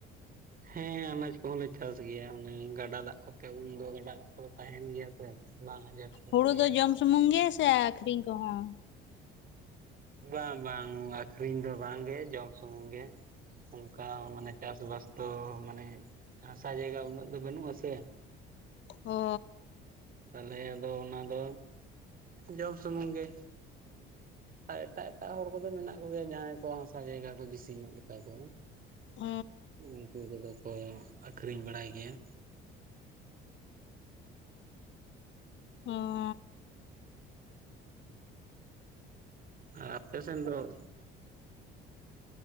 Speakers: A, on the right; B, on the left.
A: ᱦᱮᱸ ᱟᱱᱟᱡᱽ ᱠᱚᱦᱚᱸ ᱞᱮ ᱪᱟᱥ ᱜᱮᱭᱟ ᱚᱱᱮ ᱜᱟᱰᱟ ᱫᱟᱜ ᱠᱚᱛᱮ ᱩᱱ ᱫᱚ ᱜᱟᱰᱟ ᱫᱟᱜᱼᱼ ᱠᱚ ᱛᱟᱦᱮᱱ ᱜᱮᱭᱟ ᱥᱮ ᱵᱟᱝ ᱟᱸᱡᱮᱫ ᱜᱚᱫᱚᱜ
B: ᱦᱩᱲᱩ
A: ᱜᱮᱭᱟ᱾
B: ᱫᱚ ᱡᱚᱢ ᱥᱩᱢᱩᱝ ᱜᱮ ᱥᱮ ᱟᱠᱷᱨᱤᱧ ᱠᱚ ᱦᱚᱸ?
A: ᱵᱟᱝ ᱵᱟᱝ ᱟᱠᱷᱨᱤᱧ ᱫᱚ ᱵᱟᱝ ᱜᱮ ᱡᱚᱢ ᱥᱩᱢᱩᱝ ᱜᱮ᱾ ᱚᱝᱠᱟ ᱢᱟᱱᱮ ᱪᱟᱥ-ᱵᱟᱥ ᱛᱚ ᱢᱟᱱᱮ ᱦᱟᱥᱟ ᱡᱟᱭᱜᱟ ᱩᱱᱟᱹᱜ ᱫᱚ ᱵᱟᱹᱱᱩᱜ-ᱟ ᱥᱮ᱾
B: ᱦᱚᱻ᱾
A: ᱛᱟᱦᱚᱞᱮ ᱟᱫᱚ ᱚᱱᱟ ᱫᱚ ᱡᱚᱢ ᱥᱩᱢᱩᱝ ᱜᱮ᱾ ᱟᱨ ᱮᱴᱟᱜ ᱮᱴᱟᱜ ᱦᱚᱲ ᱠᱚᱫᱚ ᱢᱮᱱᱟᱜ ᱠᱚ ᱜᱮᱭᱟ ᱡᱟᱦᱟᱸᱭ ᱠᱚᱣᱟᱜ ᱦᱟᱥᱟ ᱡᱟᱭᱜᱟ ᱠᱚ ᱵᱮᱥᱤ ᱧᱚᱜ ᱜᱮᱛᱟ ᱠᱚᱣᱟ᱾
B: ᱚ
A: ᱩᱝᱠᱩ ᱠᱚᱫᱚ ᱠᱚ ᱟᱠᱷᱨᱤᱧ ᱵᱟᱲᱟᱭ ᱜᱮᱭᱟ᱾
B: ᱦᱩᱸ᱾
A: ᱟᱨ ᱟᱯᱮ ᱥᱮᱱ ᱫᱚ ᱚᱠᱟ ᱞᱮᱠᱟ